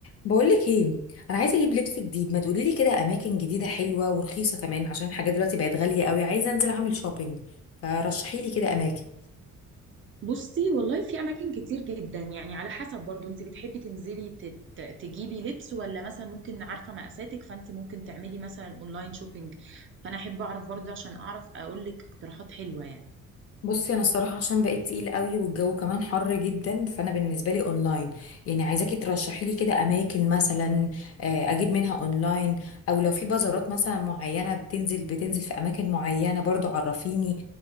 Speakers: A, on the left; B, on the right.
A: بقولك ايه انا عايزه اجيب لبس جديد ما تقولي لي كده اماكن جديده حلوه ورخيصه كمان عشان الحاجات دلوقتي بقت غاليه قوي عايزه انزل اعمل شوبينج فرشحي لي كده اماكن
B: بصي والله في اماكن كتير جدا يعني على حسب برضو انت بتحبي تنزلي تت- تجيبي لبس ولا مثلا ممكن عارفه مقاساتك فانت ممكن تعملي مثلا اونلاين شوبينج فانا احب اعرف برضو عشان اعرف اقول لك اقتراحات حلوه يعني
A: بصي انا الصراحه عشان بقيت تقيل قوي والجو كمان حر جدا فانا بالنسبه لي اونلاين يعني عايزاكي ترشحي لي كده اماكن مثلا آه، اجيب منها اونلاين او لو في بازارات مثلا معينه بتنزل بتنزل في اماكن معينه برضو عرفيني